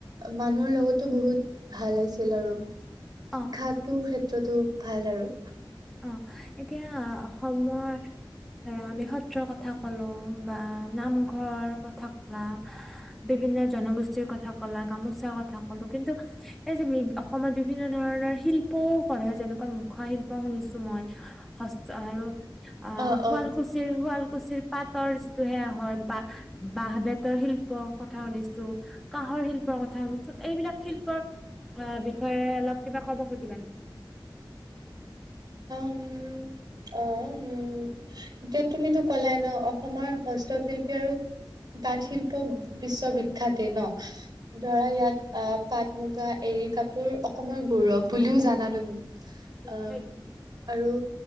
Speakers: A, on the right; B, in the centre.
A: মানুহৰ লগতো বহুত ভাল আছিল আৰু।
B: অ
A: শিক্ষাতো ক্ষেত্ৰতো ভাল আৰু।
B: অঁ এতিয়া অসমৰ- ধৰা, আমি সত্ৰৰ কথা কলো, বা নামঘৰ কথা কলা- বিভিন্ন জনগোষ্ঠীৰ কথা কলা গামোচাৰ কথা কলো, কিন্তু- এই যে অসমত বিভিন্ন ধৰণৰ শিল্পও কৰা হয়, যেনেকুৱা মুখা শিল- প শুনিছো মই, হস্ত আৰু অঁ
A: অ
B: শুৱালকুছিৰ
A: অ
B: শুৱালকুছিৰ। পাটৰ যিটো সেয়া হয়, বাঁ বাঁহ বেতৰ শিল্পৰ কথা শুনিছো। কাঁহৰ শিল্পৰ কথা শুনিছো, এইবিলাক শিল্পৰ বিষয়ে অলপ কিবা ক'ব খুজিবা নেকি?
A: উম' অঁ' উম'। এতিয়া তুমিতো ক'লাই ন, অসমৰ হস্তশিল্পী আৰু- তাঁত শিল্প বিশ্ববিখ্যাতে ন। ধৰা, ইয়াত আহ পাট মুগা এৰী কাপোৰ অসমৰ গৌৰৱ বুলিও জানা তুমি। অঁ'-
B: নেকি
A: আৰু,